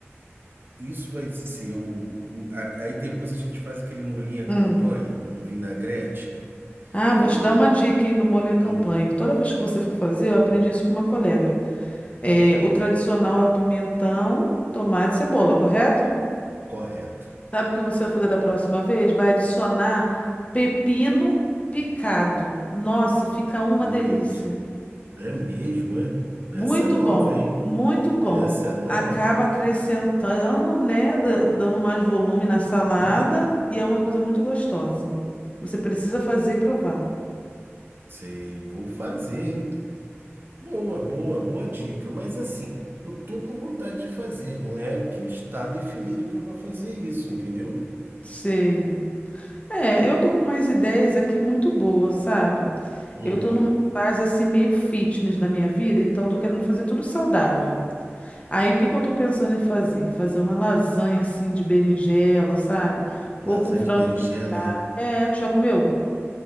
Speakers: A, on the right; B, on the left.
A: Isso vai ser o, o- a- aí depois a gente faz aquele molhinho à
B: Hum.
A: campanha no vinagrete.
B: Ah, vou
A: Mas
B: te dar uma dica, hein, do molho à campanha.
A: hum,
B: Toda vez que você for fazer, eu aprendi isso com uma colega. É, o tradicional é o pimentão, tomate e cebola, correto?
A: correto.
B: Sabe o que você vai fazer da próxima vez? Vai adicionar pepino picado. Nossa, fica uma
A: Entendi.
B: delícia.
A: É mesmo, é?
B: Muito
A: Essa é nova,
B: bom,
A: hein?
B: muito bom.
A: Essa é nova,
B: Acaba
A: hein?
B: acrescentando, né? da- Dando mais volume na salada
A: Uhum.
B: e é uma coisa muito gostosa. Você precisa fazer e provar.
A: Sei, vou fazer, hein? Boa, boa, boa dica. Mas assim, eu tô com vontade de fazer, não é que está definido que eu vou fazer isso, entendeu?
B: Sei. É, eu tô com umas ideias aqui muito boas, sabe?
A: Uhum.
B: Eu tô numa fase assim meio fitness da minha vida, então tô querendo fazer tudo saudável. Aí o que que eu tô pensando em fazer? Fazer uma lasanha assim de berinjela, sabe?
A: Lasanha
B: Ou com frango
A: de berinjela,
B: desfiado.
A: é?
B: É, tu já comeu?